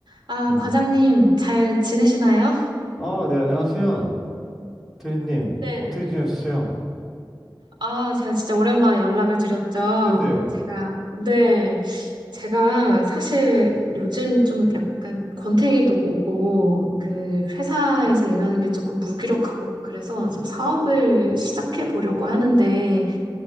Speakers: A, on the right (about 70°); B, in the centre.
A: 아,
B: 음.
A: 과장님, 잘 지내시나요?
B: 아, 네, 안녕하세요. 트리님,
A: 네
B: 어떻게 지내셨어요?
A: 아, 제가 진짜 오랜만에 연락을 드렸죠.
B: 네네.
A: 제가, 네. 제가 사실 요즘 좀 약간 권태기도 오고, 그 회사에서 일하는 게 조금 무기력하고, 그래서 좀 사업을 시작해 보려고 하는데,